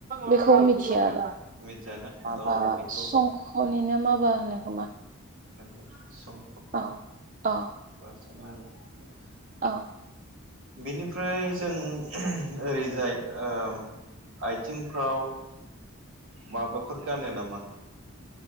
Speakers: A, on the right; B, on the right.
A: बेखौ मिथिया माबा
B: मिथियाना औ बेखौ
A: संख'निनो मा बा होनो खोमा
B: नोंगौ सं
A: औ औ
B: सान बुंङो
A: औ
B: बेनिफ्राय जों ओरैजाय ओ आयथिंफ्राव माबाफोर गानो नामा